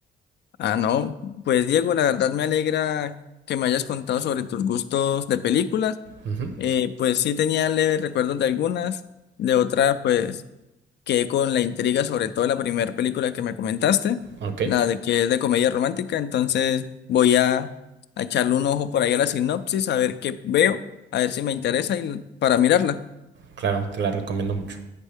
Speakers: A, on the left; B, on the right.
A: Ah, no, pues Diego, la verdad me alegra que me hayas contado sobre tus gustos de películas.
B: Ujú,
A: Eh, pues sí tenía leves recuerdos de algunas, de otras pues quedé con la intriga sobre todo la primera película que me comentaste,
B: Ok,
A: la de que es de comedia romántica, entonces voy a, a echarle un ojo por ahí a la sinopsis, a ver qué veo, a ver si me interesa y para mirarla.
B: claro, te la recomiendo mucho.